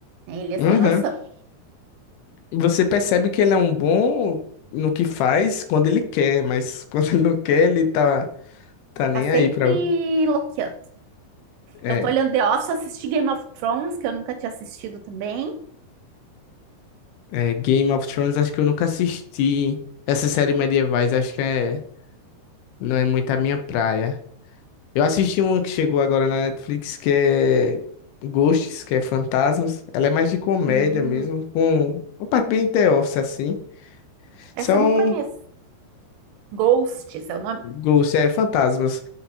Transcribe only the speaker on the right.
né? Ele é
sem noção.
Ele
tá sempre
loqueando.
Eu tô olhando The Office, assisti Game of Thrones, que eu nunca tinha assistido também.
Hum,
essa
eu não conheço. Ghosts é o nome?